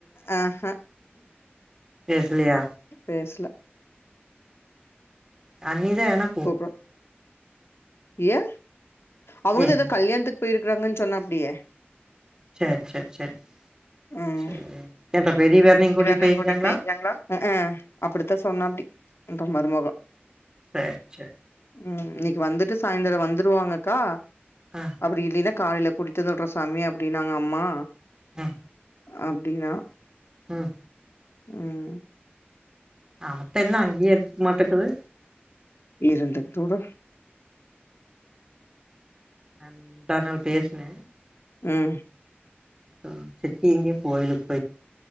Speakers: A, on the left; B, on the right.
A: ஆ ஹா
B: பேசலியா
A: பேசல
B: அண்ணி தா எதனா
A: <unintelligible> ஏ அவுங்க
B: என்ன
A: தா எதா கல்யாண்த்துக் போய்ருக்றாங்கன் சொன்னாப்டியே
B: சேர் சேர் சேர்
A: ம்
B: சேர் என்ற பெரியவர்னை கூட்டி
A: வேறனையு
B: போய்க்றாங்ளா
A: கூட்டிட்டு போயிருக்காங்களா அ ஆ அப்டித்தா சொன்னாப்டி உன்ற மருமகொ
B: சேர் சேர்
A: ம்‌ இன்னக்கி வந்துட்டு சாயந்தரோ வந்துருவாங்கக்கா
B: ஆ
A: அப்டி இல்லினா காலைல கூட்டிட் வந்து வுட்றோ சாமி அப்டின்னாங்க அம்மா
B: ம்
A: அப்டினா
B: ம்
A: ம்
B: அமத்த இன்னு அங்கே இருந்துக்கு மாட்டக்கிது
A: இருந்துக்ட்டு வுடு
B: நான் முந்தாநாள் பேசனே
A: ம்
B: ஆ சித்தி எங்கே கோய்லுக்